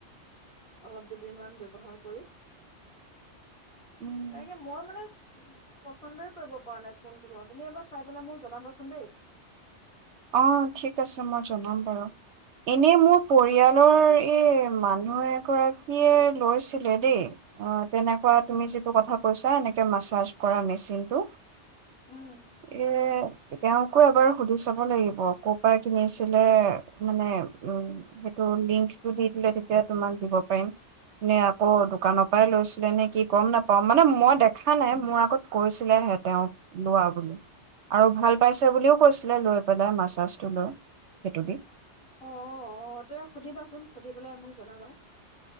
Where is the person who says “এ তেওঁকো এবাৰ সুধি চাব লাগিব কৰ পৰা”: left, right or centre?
Right